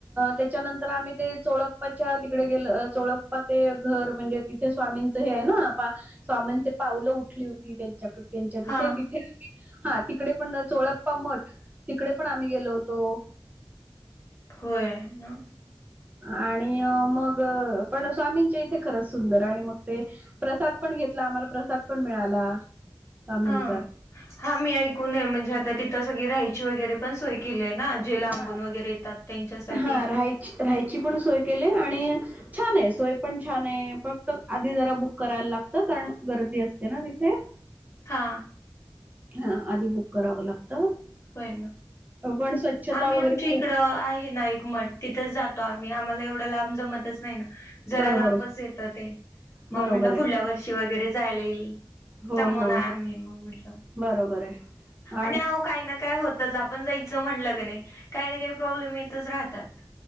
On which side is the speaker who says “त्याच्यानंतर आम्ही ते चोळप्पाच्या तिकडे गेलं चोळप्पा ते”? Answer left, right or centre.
Right